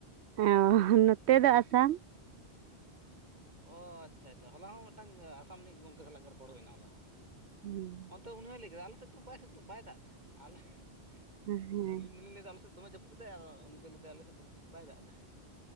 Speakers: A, on the right; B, on the right.
A: ᱦᱮᱸ ᱚ ᱱᱚᱛᱮ ᱫᱚ ᱟᱥᱟᱢ᱾
B: ᱚ ᱟᱪᱪᱷᱟ ᱟᱪᱪᱷᱟ ᱦᱚᱞᱟ ᱦᱚᱸ ᱢᱤᱫᱴᱟᱝ ᱟᱥᱟᱢ ᱨᱤᱱᱤᱡ ᱜᱚᱝᱠᱮ ᱥᱟᱞᱟᱜ ᱜᱮ ᱨᱚᱯᱚᱲ ᱦᱩᱭᱮᱱᱟ ᱦᱚᱞᱟ ᱦᱚᱸ᱾
A: <unintelligible>
B: ᱱᱤᱛᱚᱜ ᱩᱱᱤ ᱦᱚᱸᱭ ᱞᱟᱹᱭ ᱠᱮᱫᱟ ᱟᱞᱮᱥᱮᱫ ᱫᱚ ᱥᱤᱛᱩᱝ ᱵᱟᱭ ᱫᱟᱜ ᱮᱫᱟ ᱟᱞᱮ <unintelligible>
A: ᱦᱮᱸ
B: ᱟᱹᱞᱤᱧ ᱫᱚᱞᱤᱧ ᱞᱟᱹᱭᱫᱟ ᱟᱞᱮ ᱥᱮᱫ ᱫᱚᱢᱮ ᱡᱟᱹᱯ <unintelligible> <unintelligible> ᱩᱱᱤ ᱫᱚᱭ ᱞᱟᱹᱭ ᱮᱫᱟᱭ ᱟᱞᱮᱥᱮᱫ ᱫᱚ ᱵᱟᱭ ᱫᱟᱜ ᱮᱫᱟ